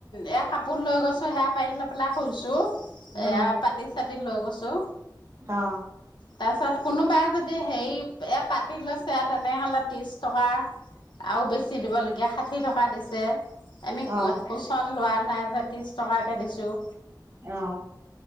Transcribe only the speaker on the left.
এয়া কাপোৰ লৈ গৈছো সেয়া পাৰি লৈ পেলাই শুইছো।
এইয়া পতি চাতি লৈ গৈছো।
তাৰপিছত কোনোবাই যদি সেই এইয়া পাতি লৈছে, তেনেহলে ত্ৰিশ টকা। আৰু বেছি দিবলগীয়া, ষাঠি টকা দিছে। আমি কু
কুচন লোৱা নাই যে ত্ৰিশ টকাকে দিছো।